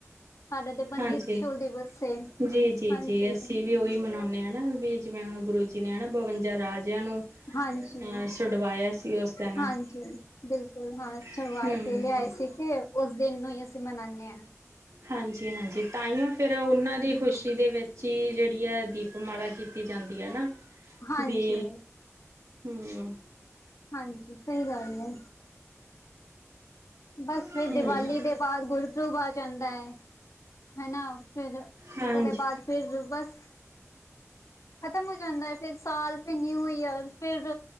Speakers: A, on the left; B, on the right.
A: ਸਾਡਾ ਤੇ ਬੰਦਿਤ
B: ਹਾਂਜੀ,
A: ਛੋਲ ਦਿਵਸ ਏ
B: ਜੀ-ਜੀ-ਜੀ
A: ਹਾਂਜੀ
B: ਅਸੀਂ ਵੀ ਉਈ ਮਨਾਉਣੇ ਆ ਨਾ ਵੀ ਜਿਵੇਂ ਹੁਣ ਗੁਰੂ ਜੀ ਨੇ ਹਨਾਂ ਬਵੰਜਾ ਰਾਜਿਆਂ ਨੂੰ,
A: ਹਾਂਜੀ
B: ਅ ਛੁਡਵਾਇਆ ਸੀ ਉਸ ਦਿਨ
A: ਹਾਂਜੀ ਬਿਲਕੁੱਲ ਹਾਂ ਛੁੜਵਾ
B: ਹੂੰ।
A: ਕੇ ਲਿਆਏ ਸੀਗੇ। ਉਸ ਦਿਨ ਨੂੰ ਈ ਅਸੀਂ ਮਨਾਣੇ ਆ।
B: ਹਾਂਜੀ-ਹਾਂਜੀ ਤਾਂਈਓ ਫਿਰ ਉਨਾਂ ਦੀ ਖੁਸ਼ੀ ਦੇ ਵਿੱ ਚੀ ਜੇੜੀ ਐ ਦੀਪਮਾਲਾ ਕੀਤੀ ਜਾਂਦੀ ਐ ਨਾ,
A: ਹਾਂਜੀ
B: ਵੀ ਹੂੰ।
A: ਹਾਂਜੀ ਸਈ ਗੱਲ ਐ। ਬਸ ਫਿਰ
B: ਹਾਂਜੀ,
A: ਦੀਵਾਲੀ
B: ਹਾਂਜੀ,
A: ਦੇ ਬਾਅਦ ਗੁਰਪਰੁਬ ਆ ਜਾਂਦਾ ਐ, ਹਨਾ ਫਿਰ
B: ਹਾਂਜੀ,
A: ਉਦੇ ਬਾਅਦ ਫਿਰ ਬਸ ਖ਼ਤਮ ਹੋ ਜਾਂਦਾ ਐ ਫਿਰ ਸਾਲ ਫਿਰ ਨਿਊ ਈਅਰ ਫਿਰ